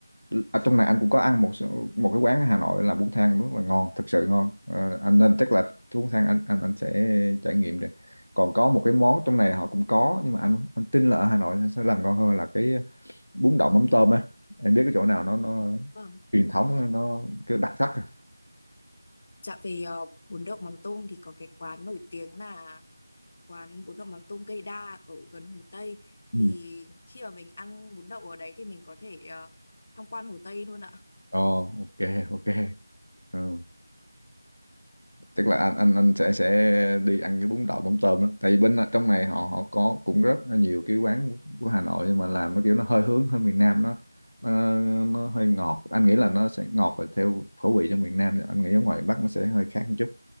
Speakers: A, on the left; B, on the left.
A: ở trong này anh cũng có ăn một số- một cái quán ở Hà Nội là bún thang rất là ngon thực sự ngon Ờ, anh nên chắc là cái bún thang anh anh anh sẽ trải nghiệm được còn có một cái món trong này họ cũng có nhưng mà anh anh tin là ở Hà Nội sẽ làm ngon hơn là cái bún đậu mắm tôm á em biết cái chỗ nào nó nó
B: Vâng.
A: truyền thống nó, nó kiểu đặc sắc rồi.
B: Dạ về ờ, bún đậu mắm tôm thì có cái quán nổi tiếng là quán bún đậu mắm tôm cây đa ở gần Hồ Tây
A: ừ.
B: thì khi mà mình ăn bún đậu ở đấy thì mình có thể ờ, tham quan Hồ Tây luôn ạ.
A: Ồ, ok ok ừ. tức là anh anh anh sẽ sẽ đi ăn cái bún đậu mắm tôm đó tại vì bên trong này họ họ có cũng rất là nhiều cái quán của Hà Nội nhưng mà làm nó kiểu nó hơi hướng hơi miền Nam nó nó, nó hơi ngọt anh nghĩ là nó sẽ ngọt và theo khẩu vị trong miền Nam anh nghĩ ở ngoài Bắc nó sẽ hơi khác một chút